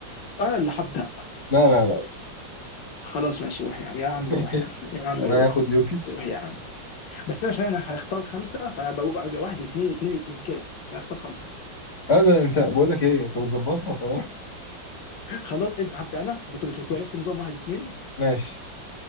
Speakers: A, on the left; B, on the left.
A: انا اللي هبدا
B: لا لا لا
A: خلاص ماشي روح يا عم يا عم
B: <laughs>
A: روح
B: ماشي
A: يا عم يا عم
B: انا
A: روح
B: هاخد يوكيتش
A: روح يا عم بس انا عشان انا هختار خمسه فانا بقول- ابقى واحد اثنين اثنين اثنين كده عشان اختار خمسه
B: هذا انت بقول لك ايه انت بتظبطها خلاص
A: خلاص ابدا هبدا انا بت- بت- بتبقى
B: مش
A: نفس النظام واحد اثنين
B: ماشي